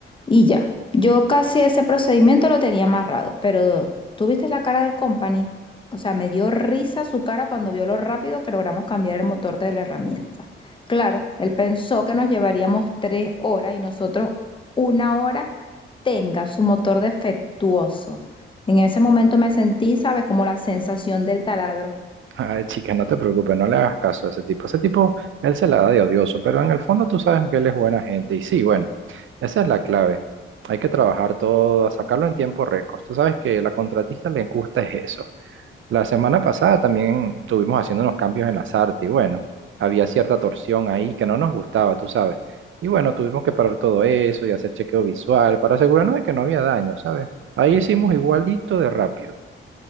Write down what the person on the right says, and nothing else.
<laughs> Ay, chica, no te preocupes, no le hagas caso a ese tipo. Ese tipo, él se la da de odioso, pero en el fondo tú sabes que él es buena gente. Y sí, bueno, esa es la clave. Hay que trabajar todo, sacarlo en tiempo récord. Tú sabes que la contratista le gusta es eso, La semana pasada también estuvimos haciendo unos cambios en las artes y bueno, había cierta torsión ahí que no nos gustaba, tú sabes. Y bueno, tuvimos que parar todo eso y hacer chequeo visual para asegurarnos de que no había daño, ¿sabes? Ahí hicimos igualito de rápido.